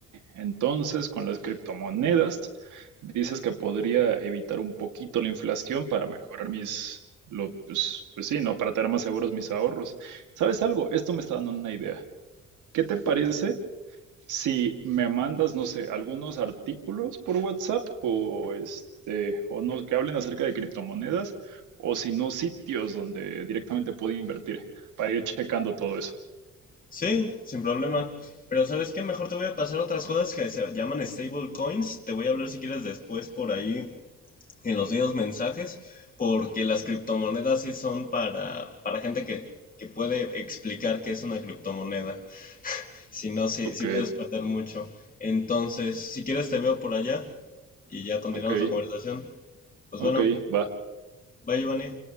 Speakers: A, on the right; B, on the left.
A: entonces con las criptomonedas dices que podría evitar un poquito la inflación para mejorar mis, lo, pues, pues sí, ¿no? Para tener más seguros mis ahorros. ¿Sabes algo? Esto me está dando una idea. ¿Qué te parece si me mandas, no sé, algunos artículos por WhatsApp o este, o no, que hablen acerca de criptomonedas o si no, sitios donde directamente puedo invertir para ir checando todo eso?
B: Sí, sin problema. Pero ¿sabes qué? Mejor te voy a pasar otras cosas que se llaman stable coins. Te voy a hablar si quieres después por ahí en los videos mensajes. Porque las criptomonedas sí son para, para gente que, que puede explicar qué es una criptomoneda. Si no, sí,
A: Ok,
B: sí puedes perder mucho. Entonces, si quieres te veo por allá y ya continuamos
A: ok,
B: la conversación. Pues
A: ok,
B: bueno,
A: va.
B: bye Giovanni.